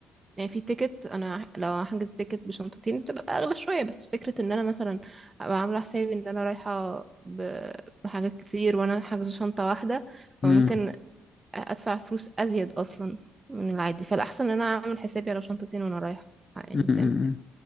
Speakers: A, on the right (about 25°); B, on the left (about 35°).
A: يعني في تيكت انا لو هحجز تيكت بشنطتين بتبقى اغلى شوية بس فكرة ان انا مثلا ابقى عاملة حسابي ان انا رايحة ب- بحاجات كتير وانا حاجزة شنطة واحدة فممكن
B: مم.
A: ادفع فلوس ازيد اصلا من العادي فالاحسن ان انا اعمل حسابي على شنطتين وانا رايحة يعني
B: مم. مم.
A: فاهم